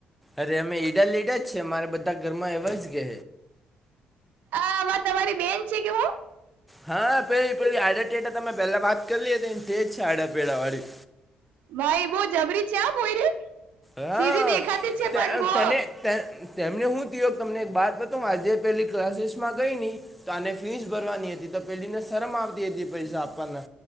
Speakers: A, in the centre; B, on the right (about 80°).
A: અરે અમે ઈડા લઈડા જ છે અમારે બધા ઘરમાં એવા જ કે.
B: આ આવા તમારી બેન છે કે હું.
A: હા પેલા પેલી આડા ટેડા તમે પેલા વાત કરી લ તો એ તેજ છે આડાપેડા વાળી.
B: ભાઈ બો જબરી છે આ પોયરી
A: હા
B: સીધી દેખાતી છે
A: તે-
B: પણ બો.
A: તને તેમને હું થયો તમને એક બાત હત આજે પહેલી ક્લાસીસમાં ગઈ નહી. તો આને ફીસ ભરવાની હતી તો પેલીને શરમ આવતી હતી પૈસા આપવાના